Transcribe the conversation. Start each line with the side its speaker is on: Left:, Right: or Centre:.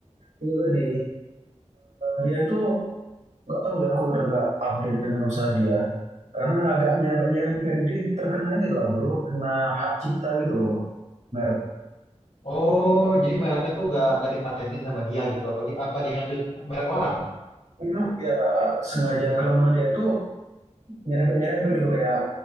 Right: itu tadi dia itu nggak tahu ya aku udah nggak update dengan usaha dia karena agaknya agak nyerempet jadi terkena ini lah bro kena hak cipta gitu loh merek
Left: Oh, jadi mereknya tuh nggak nggak dipatenin sama dia gitu. Apa gim- apa dia ngambil merek orang?
Right: memang ya sengaja kelemahan dia itu nyerempet-nyerempet gitu kayak